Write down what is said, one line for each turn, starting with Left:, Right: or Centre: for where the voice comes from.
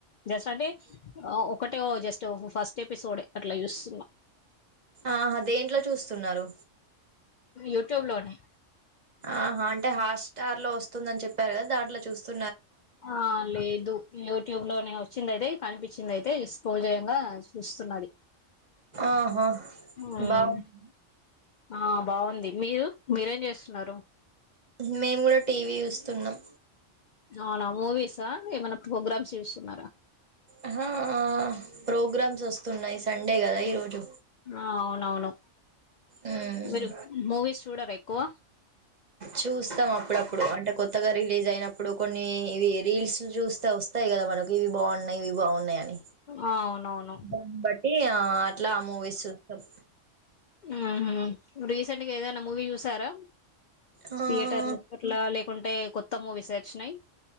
Left: జస్ట్ అంటే ఒకటే ఓ జస్ట్ ఫస్ట్ ఎపిసోడే అట్లా చూస్తున్నా
Right: ఆహ దేంట్లో చూస్తున్నారు
Left: యూట్యూబ్ లోనే
Right: ఆహా అంటే హాస్ స్టార్ లో వస్తుందని చెప్పారు కదా దాంట్లో చూస్తు
Left: ఆ లేదు యూట్యూబ్ లోనే వచ్చిందైతే కనిపించింది అయితే స్క్రోల్ చేయంగా చూస్తున్నది
Right: ఆహా
Left: హ్మ్
Right: బాగుంది
Left: ఆ బావుంది మీరు మీరేం చేస్తున్నారు
Right: మేము గూడా టీవీ జూస్తున్నాం
Left: అవునా మూవీసా ఏమైనా ప్రోగ్రామ్స్ చూస్తున్నారా
Right: ఆహా ప్రోగ్రామ్స్ వస్తున్నాయి సండే గదా ఈరోజు
Left: ఆ అవునవును
Right: మ్మ్
Left: మీరు మూవీస్ చూడర ఎక్కువ
Right: చూస్తాం అప్పుడప్పుడు అంటే కొత్తగా రిలీజ్ అయినప్పుడు కొన్ని ఇవి రీల్స్ చూస్ వస్త వస్తాయి గద మనకి ఇవి బాగున్నాయి ఇవి బాగు ఉన్నయని
Left: ఆ అవునవును
Right: దాన్ని బట్టి ఆ అట్లా మూవీస్ చూస్తున్నాం
Left: ఉమ్ హు రీసెంట్గా ఏదన్నా మూవీ జూసారా
Right: ఆ
Left: థియేటర్లు అట్లా లేకుంటే కొత్త మూవీస్ వచ్చినయి